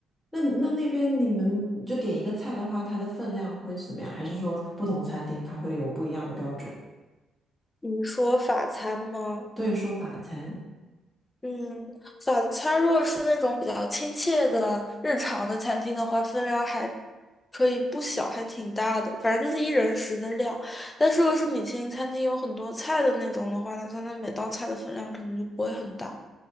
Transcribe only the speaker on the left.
你说法餐吗？
嗯，早餐如果是那种比较亲切的日常的餐厅的话，分量还可以不小，还挺大的，反正就是一人食的量。但是如果是米其林餐厅有很多菜的那种的话，那它那每道菜的分量可能就不会很大，